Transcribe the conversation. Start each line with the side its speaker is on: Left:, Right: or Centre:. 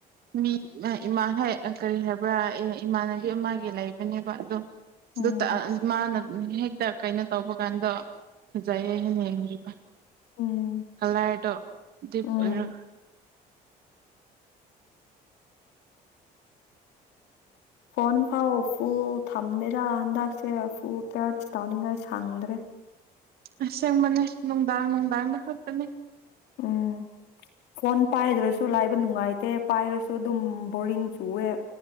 Right: ꯎꯝ ꯏꯃꯥ ꯏꯃꯥ ꯍꯣꯏ ꯀꯔꯤ ꯍꯥꯏꯕ꯭ꯔꯥ ꯑ ꯏꯃꯥꯅꯕꯤ ꯃꯥꯒꯤ ꯂꯩꯕꯅꯦꯕ ꯑꯗꯣ
Left: ꯎꯝ
Right: ꯗꯨꯇ ꯑ ꯃꯥꯅ ꯍꯦꯛꯇ ꯀꯩꯅꯣ ꯇꯧꯕ ꯀꯥꯟꯗꯣ ꯐꯖꯩꯌꯦ ꯍꯥꯏꯅ ꯌꯦꯡꯕꯤꯕ
Left: ꯎꯝ
Right: ꯀꯂꯥꯔꯗꯣ ꯗꯤꯞ
Left: ꯎꯝ
Right: ꯑꯣꯏꯔꯒ
Left: ꯐꯣꯟ ꯐꯥꯎ ꯐꯨꯜ ꯊꯝꯗꯦꯗ ꯍꯟꯗꯛꯁꯦ ꯐꯨ ꯇꯁꯠ ꯇꯥꯎꯅꯤꯡꯉꯥꯏ ꯁꯥꯡꯗ꯭ꯔꯦ
Right: ꯑꯁꯦꯡꯕꯅꯦ ꯅꯨꯡꯗꯥꯡ ꯅꯨꯡꯗꯥꯡꯗ ꯈꯛꯇꯅꯦ
Left: ꯎꯝ ꯐꯣꯟ ꯄꯥꯏꯗ꯭ꯔꯁꯨ ꯂꯥꯏꯕ ꯅꯨꯡꯉꯥꯏ ꯇꯦ ꯄꯥꯏꯔꯁꯨ ꯑꯗꯨꯝ ꯕꯣꯔꯤꯡ ꯆꯨꯑꯦ